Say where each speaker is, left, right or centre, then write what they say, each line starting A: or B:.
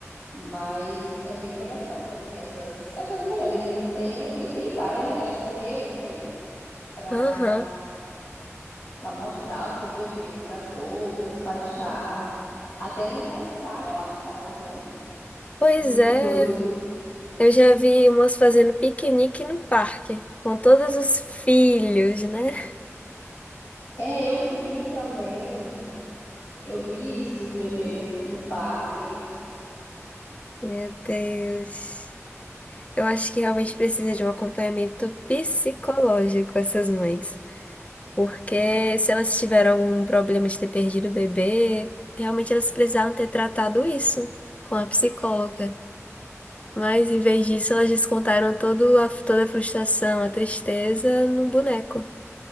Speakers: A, on the left; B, on the left.
A: Mas é bem interessante, assim, essas, essas mulheres. E tem, um, e tem várias, né? Elas se reúnem para
B: Aham.
A: para mostrar os seus bebês para as outras, faz chá, Até aniversário elas faz, né?
B: Pois
A: Muito
B: é,
A: doido.
B: Eu já vi umas fazendo piquenique no parque, com todos os filhos, né?
A: É, eu vi também, eu vi isso dos bebês no, no parque.
B: Meu Deus. Eu acho que realmente precisa de um acompanhamento psicológico essas mães. Porque se elas tiveram algum problema de ter perdido o bebê, realmente elas precisaram ter tratado isso com a psicóloga. Mas em vez disso, elas descontaram todo a- toda a frustração, a tristeza num boneco.